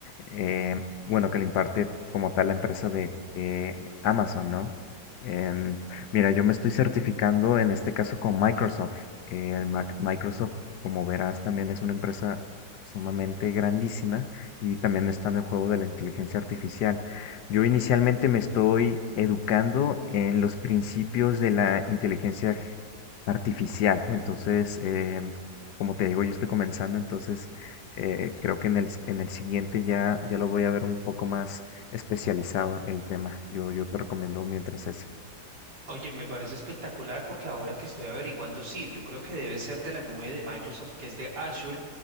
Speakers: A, on the left; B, on the right.
A: Eh, bueno, que lo imparte como tal la empresa de eh, Amazon, ¿no? Em, mira, yo me estoy certificando en este caso con Microsoft. eh, el Mac- Microsoft como verás, también es una empresa sumamente grandísima y también está en el juego de la inteligencia artificial. Yo inicialmente me estoy educando en los principios de la inteligencia arti- artificial. Entonces, eh, como te digo, yo estoy comenzando, entonces eh, creo que en el, s- en el siguiente ya, ya lo voy a ver un poco más especializado el tema. Yo, yo te recomiendo mientras es
B: Oye, me parece espectacular porque ahora que estoy averiguando, sí, yo creo que debe ser de la nube de Microsoft, que es de Azure,